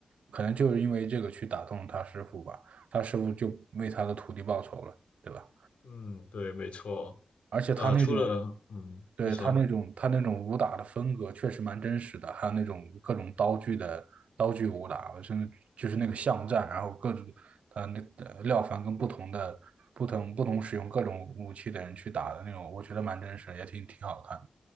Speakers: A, on the right; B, on the left.
A: 可能就是因为这个去打动他师傅吧，他师傅就为他的徒弟报仇了，对吧？
B: 嗯，对，没错。
A: 而且他那种
B: 呃，除了嗯，
A: 对，
B: 你说。
A: 他那种他那种武打的风格确实蛮真实的，还有那种各种刀具的刀具武打，甚至就是那个巷战，然后各种他那呃廖凡跟不同的不同不同使用各种武器的人去打的那种，我觉得蛮真实的也挺挺好看